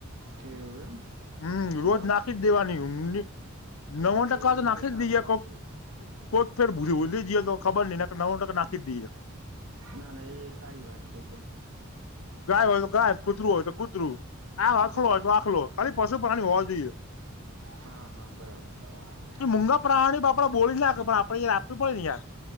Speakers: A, on the right; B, on the left.
A: કેવું એમ
B: હમ
A: શું
B: રોજ
A: વાત
B: નાખી
A: છે
B: જ દેવાની ઊડી નવો
A: હા
B: ટકા
A: એ
B: તો
A: એક
B: નાખી
A: સારું
B: જ દીએ
A: કામ
B: કોક
A: છે
B: <unintelligible> ભૂલી જઈએ તો ખબર ની નવ નાખી દીએ
A: ના ના એ સારી વાત છે, એકદમ
B: ગાય હોય તો ગાય કૂતરું હોય તો કૂતરું આ
A: હા
B: આખલો
A: હા.
B: હોય તો આખલો ખાલી પશુ પ્રાણી હોવા જોઈએ
A: હા હા બરાબર
B: એ મૂંગા પ્રાણી ઓપડા બોલી નાખે પણડે યાર આપવી પડે નેયાર